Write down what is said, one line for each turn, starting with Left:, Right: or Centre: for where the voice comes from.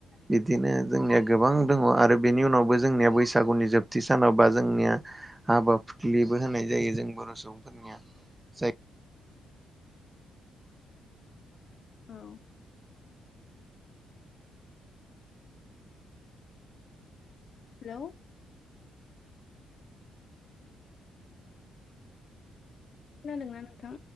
Right: बिदिनो जोंनिया गोबां दंङ आरो बेनि उनावबो जोंनिया बैसागुनि जोबथि सानाव बा जोंनिया हाबा फुखलिबो होनाय जायो। जों बर' सुबुंफोरनिया जाय
Left: औ। हेल'। खोनादोंना नोंथां?